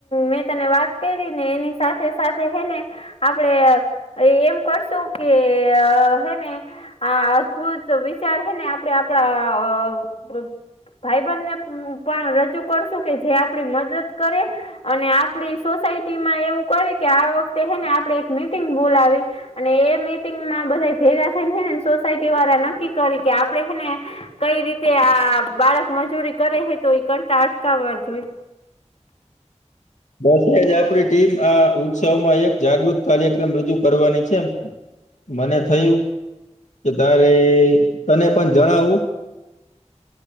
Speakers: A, on the left; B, on the left.
A: મેં તને વાત કરી ને, એની સાથે સાથે એને આપડે એમ કરશું કે, હે આ અદભુત વિચાર છે ને, આપણે આપણા ભાઈબંધ ને પણ રજૂ કશું કે જે આપણી મદદ કરે. અને આપડી સોસાયટી માં એવું કરે કે, આ વખતે હેને આપડે એક મીટિંગ બોલાવી અને એ મીટિંગમાં બધા ભેગા થઈને, છેને, સોસાયટી વાળા નક્કી કરી કે આપડે એને કઈ રીતે આ બાળક મજૂરી કરે હે, તો એ કરતા અટકાવવા જોઈએ.
B: બસ, એજ આપડી ટીમ આ ઉત્સવમાં એક જાગૃત કાર્યક્રમ રજૂ કરવાની છે એમ. મને થયું. તો તારે તને પણ જણાવું.